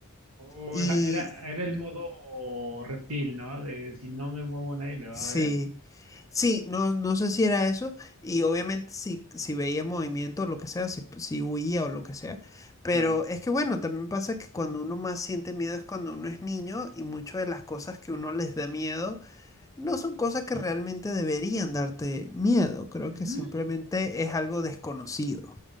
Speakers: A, on the right (about 80°); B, on the left (about 15°).
A: Oh,
B: Y
A: era, era, era el modo reptil, ¿no? De si no me muevo nadie me va
B: Sí,
A: a ver.
B: sí, no, no sé si era eso, y obviamente si, si veía movimiento o lo que sea, si, si huía o lo que sea, pero
A: Claro.
B: es que bueno, también pasa que cuando uno más siente miedo es cuando uno es niño y muchas de las cosas que uno les da miedo no son cosas que realmente deberían darte miedo, creo que
A: Ujú.
B: simplemente es algo desconocido.